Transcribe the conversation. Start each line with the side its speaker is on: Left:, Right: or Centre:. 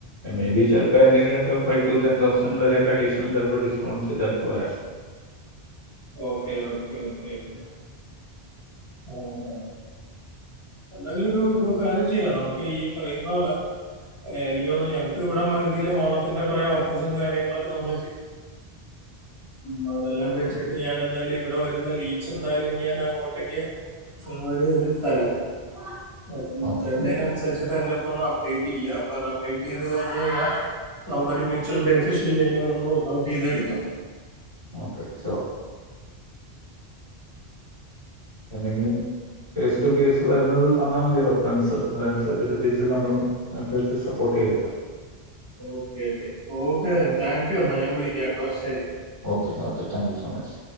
Right: മേ ബി ചില പ്പെ എന്തെങ്കിലൊക്കെ ഫൈവ് ടു ടെൻ തൗസൻഡ് വരൊക്കെ അഡീഷണൽ ചിലപ്പോൾ ഡിസ്കൗണ്ട്സ് ചിലപ്പോൾ വരാം
Left: ഓക്കെ ഓക്കേ ഓക്കേക്ക ആ തെ എന്തായാലും ഒരു കാര്യം ചെയ്യാം നമുക്ക് ഈ പറയുന്ന പോലെ എനിക്ക് തോന്നു ഞങ്ങക്ക് ഇവിടെ മരുതീല് ഓണത്തിന്റെ കൊറെ ഓഫേ്ഴസും കാര്യങ്ങളൊക്കെ നമ്മള് മതെല്ലാം <unintelligible> വച്ചിട്ട് ഞാൻ എന്തായാലും ഇവിടെ വരുന്ന ലീഡ്സ് എന്തായാലും ഞാൻ അങ്ങോട്ടേക്ക് ഫൊർവേട് ചെയ്ത് തരാം അപ്പം
Right: ഓക്കെ
Left: വരുന്നേന് അനുസ ച്ചിട്ട് എന്റെടുത്തൊന്ന് അപ്ഡേറ്റ് ഇല്ല്യ അപ്പൊ അത് അപ്ഡേറ്റ് ചെയ്ത് കഴിഞ്ഞ് കഴിഞ്ഞാൽ നമുക്കൊരു മ്യൂച്വൽ ബെനിഫിഷ്യൽ വ വർക്ക്ഔട്ട് ചെയ്തെടുക്കാം
Right: ഓക്കെ ശുവർ എന്തെങ്കിലും കേസ് ടു കേസ് വരുന്നത് തന്നാ മതി റഫറൻസ് അതനുസരിച്ചിട്ട് തിരിച്ച് നമ്മളും അനുസരിച്ച് സപ്പോർ ട്ടേതേക്കാം
Left: okay okay okay thank you എന്നാ ഞാൻ വിളിക്കാംട്ടോ ശരി
Right: okay thank you so much